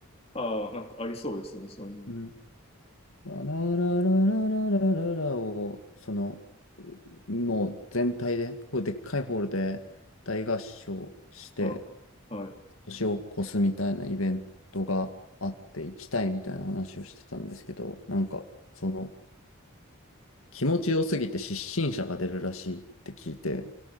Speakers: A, on the left; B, on the left.
A: ああ、なんかありそうですね、そういうのも。
B: うん。ラララララララララを、その、もう全体で、こうでっかいホールで大合唱して、
A: はい。は
B: 年を越すみたいなイベントがあって、行きたいみたいな話をしてたんですけど、なんか、その、気持ちよすぎて失神者が出るらしいって聞いて、